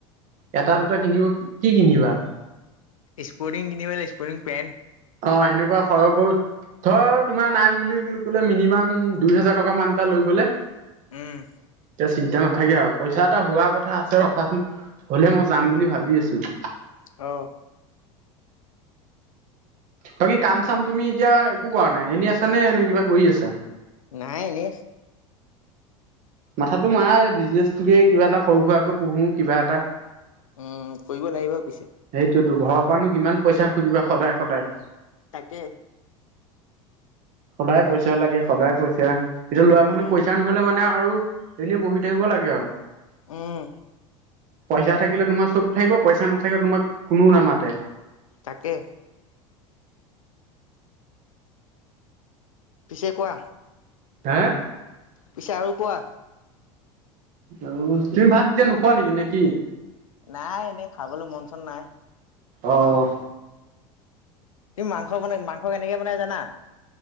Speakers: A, on the right; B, on the left.
A: এটা দুটা কিনিব কি কিনিবা?
B: স্পৰ্টিং কিনিবেলাই স্পৰ্টিং পেণ্ট।
A: অঁ! সেনেকুৱা সৰহকো ধৰ তোমাৰ নাই বুলি ক'লে মিনিমাম দুই হেজাৰ টকা মান এটা লৈ গ'লে
B: উম।
A: এতিয়া চিন্তা নাথাকে আৰু। পইচা এটা হোৱা কথা আছে ৰখা চোন হ'লে মই যাম
B: উম
A: বুলি ভাবি আছোঁ।
B: অ!
A: বাকী কাম-চাম তুমি এতিয়া একো কৰা নাই। এনেই আছানে নে কিবা কৰি আছা?
B: নাই এনেই।
A: মাথাটো মাৰা এই বিজনেছটোকে কিবা এটা সৰু সুৰাকৈ পুহো কিবা এটা।
B: উম! কৰিব লাগিব পিছে।
A: সেইটোৱেইটো ঘৰৰ পৰানো কিমান পইচা খুজিবা সদায়-সদায়।
B: তাকে।
A: সদায় পইচা লাগে, সদায় পইচা। এতিয়া ল'ৰা মানুহ
B: উম,
A: পইচা নহ নহ'লে মানে আৰু এনেই বহি থাকিব লাগে আৰু।
B: উম।
A: পইচা থাকিলে তোমাৰ চব থাকিব পইচা নাথাকিলে তোমাক কোনো নামাতে।
B: তাকে। পিছে কোৱা?
A: হা!
B: পিছে আৰু কোৱা?
A: অঁ! তুমি ভাত এতিয়া নোখোৱা নেকি নে কি?
B: নাই এনেই খাবলে মন-চন নাই।
A: অঁ!
B: তুমি মাংস বনাই মাংস কেনেকে বনাই জানা?